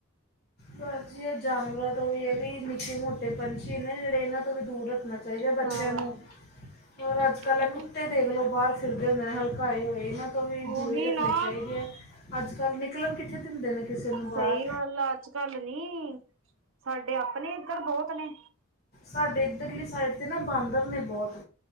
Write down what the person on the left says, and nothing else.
ਬਸ ਜੀ, ਇਹ ਜਾਨਵਰਾਂ ਤੋਂ ਵੀ ਇਹ ਵੀ, ਨਿੱਕੇ-ਮ੍ਹੋਟੇ ਪੰਛੀ ਨੇ ਜਿਹੜੇ ਇਹਨਾਂ ਤੋਂ ਵੀ ਦੂਰ ਰੱਖਣਾ ਚਾਹੀਦਾ, ਬੱਚਿਆ
ਨੂੰ। ਹੋਰ, ਅੱਜ-ਕੱਲ
ਇਹ ਕੁੱਤੇ ਦੇਖਲੋ, ਬਾਹਰ ਫਿਰਦੇ ਹੁੰਦੇ ਨੇ। ਹਲਕਾਏ ਹੋਏ, ਇਹਨਾਂ ਤੋਂ ਵੀ
ਦੂਰੀ ਰਖਣੀ
ਚਾਹੀਦੀ ਆ, ਅੱਜ-ਕੱਲ ਨਿਕਲਣ ਕਿੱਥੇ ਦਿੰਦੇ ਨੇ ਕਿਸੇ ਨੂੰ ਬਾਹਰ।
ਸਾਡੇ ਇੱਧਰਲੀ ਸਾਈਡ 'ਤੇ ਨਾ ਬਾਂਦਰ ਨੇ ਬਹੁਤ,